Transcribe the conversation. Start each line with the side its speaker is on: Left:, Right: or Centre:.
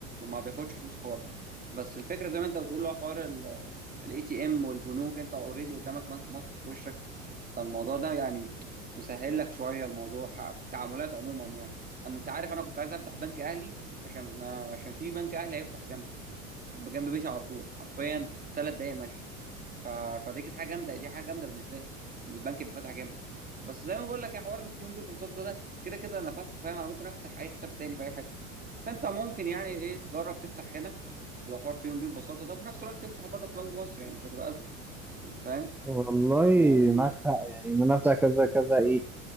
Right: ما بياخدش فلوس خالص بس الفكره زي ما انت بتقول لو حوار ال الاي تي ام والبنوك انت اوريدي قدامك بنك مصر في وشك فالموضوع ده يعني مسهل لك شويه الموضوع ح- في التعاملات عموما يعني انا انت عارف انا كنت عايز افتح بنك اهلي عشان آه، عشان في بنك اهلي هيفتح جنبي جنب بيتي على طول حرفيا ثلاث دقايق مشي ف... فدي كانت حاجه جامده دي حاجه جامده بالنسبه لي ان البنك يبقى فاتح جنبي بس زي ما بقول لك يا حوار الكيون بيبول سوت ده ده كده كده انا فاتحه فاهم انا ممكن افتح اي حساب تاني في اي حاجه فانت ممكن يعني ايه تجرب تفتح هنا لو حوار كيون بي ببساطه ده في نفس الوقت تفتح برضه في بنك مصر يعني مش هتبقى ازمه انت فاهم
Centre: والله
Right: يعني
Centre: معاك حق يعني ان انا بتاع كذا كذا ايه